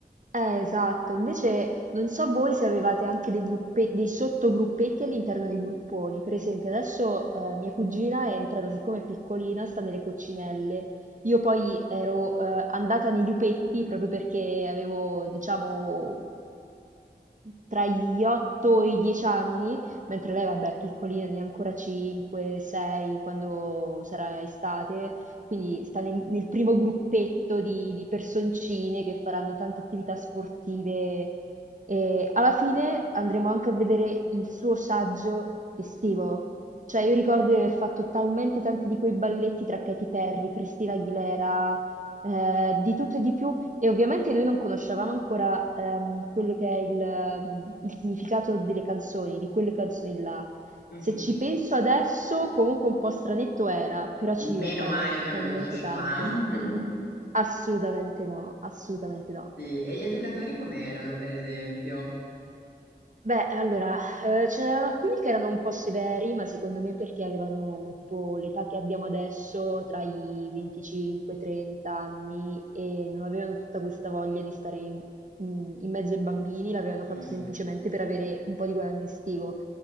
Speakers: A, on the right; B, on the left.
A: Eh, esatto. Invece non so voi se avevate anche dei gruppe- dei sottogruppetti all'interno dei grupponi. Per esempio, adesso eh, mia cugina è entrata, siccome è piccolina, sta nelle coccinelle. Io poi ero eh, andata nei lupetti proprio perché avevo, diciamo, tra gli 8 e i 10 anni, mentre lei, vabbè, è piccolina, ne ha ancora 5, 6, quando sarà estate. Quindi sta nel, nel primo gruppetto di, di personcine che faranno tante attività sportive. E alla fine andremo anche a vedere il suo saggio estivo. Cioè, io ricordo di aver fatto talmente tanti di quei balletti tra Katy Perry, Christina Aguilera, eh, di tutto e di più. E ovviamente noi non conoscevamo ancora ehm, quello che è il, ehm, il significato delle canzoni, di quelle canzoni là.
B: Mhm.
A: Se ci penso adesso, comunque un po' stranetto era, però
B: Meno
A: ci divertavamo
B: male che
A: talmente
B: non le conoscevamo.
A: tanto.
B: <laughs>
A: Assolutamente no, assolutamente no.
B: Sì, E gli educatori com'erano, per esempio?
A: Beh, allora, eh, ce n'erano alcuni che erano un po' severi, ma secondo me perché avevano tipo l'età che abbiamo adesso, tra i 25 e i 30 anni, e non avevano tutta questa voglia di stare in, in- in mezzo ai bambini, l'avevano
B: Mm.
A: fatto semplicemente per avere un po' di guadagno estivo.